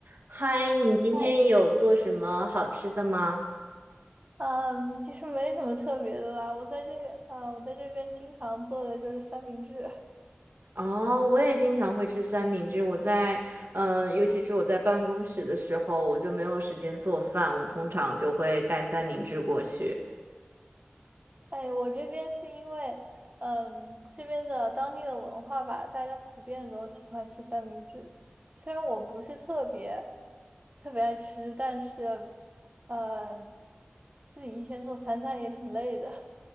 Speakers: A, on the right (about 60°); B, on the right (about 35°).
A: 嗨，你今天有做什么好吃的吗？
B: 嗨，嗯，其实没什么特别的啦。我在这，呃，我在这边经常做的就是三明治。<laughs>
A: 哦，我也经常会吃三明治。我在，嗯，尤其是我在办公室的时候，我就没有时间做饭，我通常就会带三明治过去。
B: 哎，我这边是因为，嗯，这边的当地的文化吧，大家普遍都喜欢吃三明治。虽然我不是特别特别爱吃，但是，嗯，自己一天做三餐也挺累的。